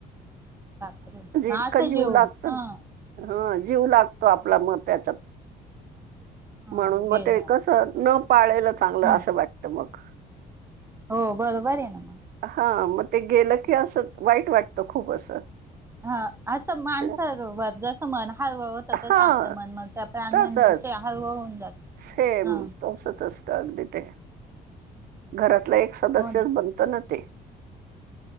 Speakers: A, on the right (about 15°); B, on the right (about 60°).
A: बापरे मा
B: इतका
A: अस
B: जीव
A: जेव
B: लागतो
A: हा.
B: ना. हा जीव लागतो आपला म त्याच्यात
A: हा
B: म्हणून
A: गेलं
B: मग ते कसं न पाळेलं चांगलं
A: हम्म
B: असं वाटत मग.
A: हो बरं बर आहे ना मग.
B: हा मग ते गेलं की असं वाईट वाटतं खूप असं.
A: हा असं माणसारोबर
B: ते-
A: जसं मन हळव. तस
B: हा
A: आपलं मन मग त्या प्राण्यांविषय
B: तसच
A: हळव होऊन जात.
B: सेम
A: हा
B: तसच असत अगदी ते घरातलं एक. सदस्यच
A: हो ना
B: बनत ना ते